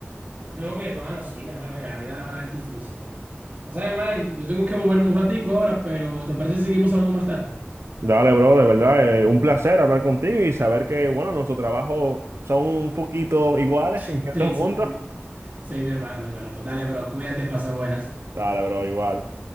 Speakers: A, on the right; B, on the right.
A: No, mi hermano, sí, mi hermano, mira, la vida laboral es difícil, bro. No sabes, man, yo tengo que moverme un ratico ahora, pero ¿te parece si seguimos hablando más tarde?
B: Dale, bro, de verdad, eh, un placer hablar contigo y saber que, bueno, nuestros trabajos son un poquito iguales
A: <laughs> Sí,
B: en ciertos
A: sí,
B: puntos.
A: sí. Sí, mi hermano, mi hermano. Pues dale, bro, cuídate, pasa buenas.
B: Dale, bro, igual.